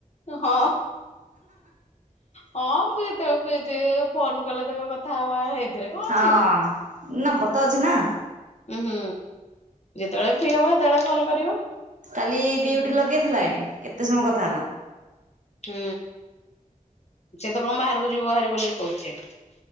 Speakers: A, on the left; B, on the right.
A: ହଁ ହଁ ମୁଁ ଯେତେବେଳେ ଯେ ଫୋନ କଲେ ତମ କଥା ହବା ଏଥିରେ କଣ
B: ହଁ
A: ଅଛି।
B: ନମ୍ବର ତ ଅଛି ନା!
A: ଉଁ ହୁଁ ଯେତେବେଳେ ଫ୍ରି ହବ, ସେତେବେଳେ କଲ୍ କରିବ!
B: କାଲି ଡିଉଟି ଲଗେଇଥିଲା ଏଠି କେତେ ସମୟ କଥା ହେଲା!
A: ହୁଁ। ସେ ତ କଣ ବାହାରକୁ ଯିବ ବାହାରି ବୋଲି କହୁଚି!